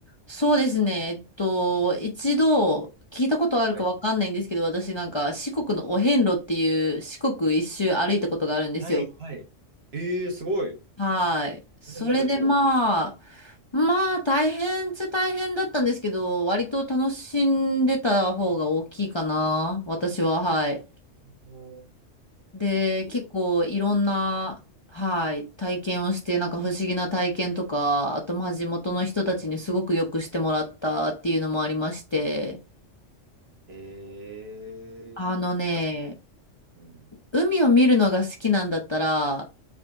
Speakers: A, on the left; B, on the right.
A: そうですね。えっと、一度聞いたことあるかわかんないんですけど、
B: はい。
A: 私なんか四国のお遍路っていう四国一周歩いたことがあるんですよ。
B: はい。はい。えー、すごい。
A: はい。それでま
B: 大変だったでしょ
A: あ、まあ大変っちゃ大変だったんですけど、割と楽しんでた方が大きいかな。私は、はい。
B: ううん
A: で、
B: すごい
A: 結構いろんな、はい、体験をして、なんか不思議な体験とか、あと、まあ、地元の人たちにすごくよくしてもらったっていうのもありまして、
B: えー、
A: あのね、
B: 確かに。うん。
A: 海を見るのが好きなんだったら、